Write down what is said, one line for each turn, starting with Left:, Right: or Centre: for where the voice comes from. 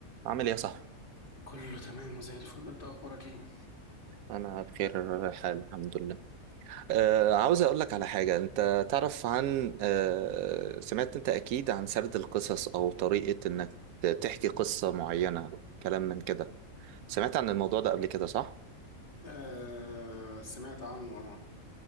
Right: عامل ايه يا صاحبي؟
Left: كله تمام وزي الفل انت اخبارك ايه
Right: أنا بخير حال الحمد لله. آه عاوز أقول لك على حاجة، أنت تعرف عن آه سمعت أنت أكيد عن سرد القصص أو طريقة إنك ت- تحكي قصة معينة، كلام من كده. سمعت عن الموضوع ده قبل كده صح؟
Left: آه سمعت عنه اه